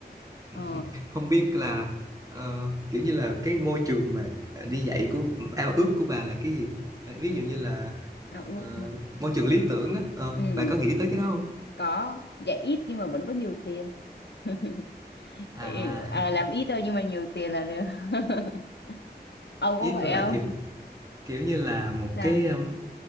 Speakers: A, on the right; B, on the left.
A: <laughs>
B: Ờ,
A: không biết là ờ, kiểu như là cái môi trường mà đi dạy của ao ước của bà là cái gì À, ví dụ như là
B: ao
A: ờ,
B: ước hơn.
A: môi trường lý tưởng á ờ,
B: Ừ,
A: bà có nghĩ tới cái đó không
B: có, dạ ít nhưng mà vẫn có nhiều tiền. <laughs>
A: à
B: Ý-
A: <laughs>
B: à, làm ít thôi nhưng mà nhiều tiền là được. <laughs> Ông
A: ý
B: có vậy
A: tôi là
B: không?
A: kiểu kiểu như là một
B: Sao?
A: cái um,